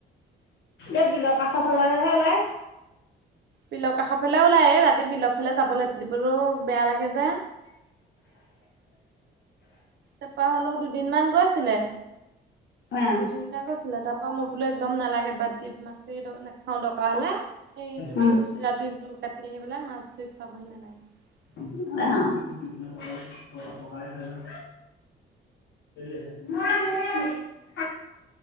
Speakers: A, on the left; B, on the right.
A: এ বিলৰ কাষৰ ফালেহে ওলাই।
B: বিলৰ কাষৰ ফালে ওলায় ৰাতি বিলৰ ফালে যাবলৈ দিবলৈ বেয়া লাগে যে। তাৰপৰা হ'লেও দুদিন মান গৈছিলে।
A: অ',
B: দুই তিনটা গৈছিলে তাৰপৰা মই বোলো, একদম নালাগে বাদ দিয়া মাছেই নাখাওঁ দৰকাৰ হ'লে। সেই তুমি
A: উম,
B: ৰাতি জোৰ কাটি আহি পেলাই মাছ ধুই খুৱাবহি নালাগে। <unintelligible>
A: অ। অ মোবাইল থৈ যা। নহয় মোৰে হ'য়।